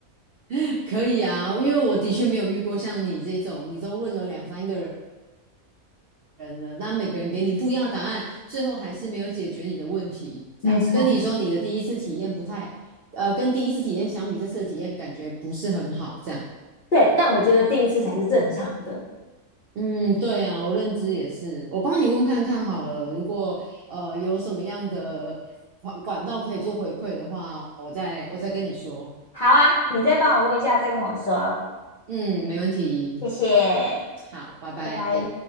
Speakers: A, on the right; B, on the left.
A: <laughs> 可以啊，因为我的确没有遇过像你这种，你都问了两三个人，人了，那每个人给你不一样的答案，最后还是没有解决你的问题。这样跟你说，
B: 没错，
A: 你的第一次体验不太，呃，跟第一次体验相比，这次的体验感觉不是很好。这样，
B: 对，但我觉得第一次才是正常的。
A: 嗯，对啊，我认知也是。我帮你问看看好了，如果呃有什么样的管管道可以做回馈的话，我再我再跟你说。
B: 好啊，你再帮我问一下，再跟我说，
A: 嗯，没问题。
B: 谢谢，
A: 好，拜拜。
B: 拜拜。